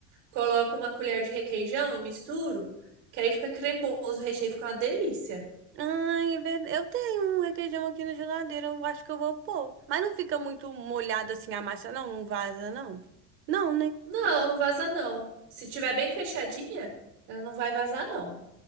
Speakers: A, on the right (about 85°); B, on the right (about 35°).
A: coloco uma colher de requeijão e misturo, que aí fica cremoso, o recheio fica uma delícia.
B: Ai, é verdade. Eu tenho um requeijão aqui na geladeira, eu acho que eu vou pôr. Mas não fica muito molhado assim a massa, não? Não vaza, não? Não, né?
A: Não, não vaza não. Se tiver bem fechadinha, ela não vai vazar não.